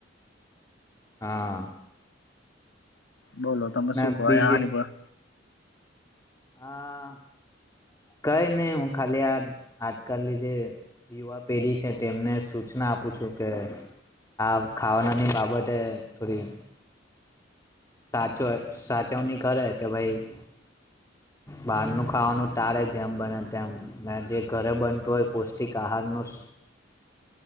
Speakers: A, on the left; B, on the left.
A: હા,
B: બોલો તમે
A: ને
B: શું કહો,
A: બીજે
B: આની પણ
A: હા કઈ નહી હું ખાલી આ આજકાલની જે યુવા પેઢી છે તેમને સૂચના આપું છું કે આ ખાવાનાની બાબતે થોડી સાચો સાચવણી કરે કે ભાઈ બહારનું ખાવાનું તારે જેમ બને તેમ જે ઘરે બનતું હોય પૌષ્ટિક આહારનું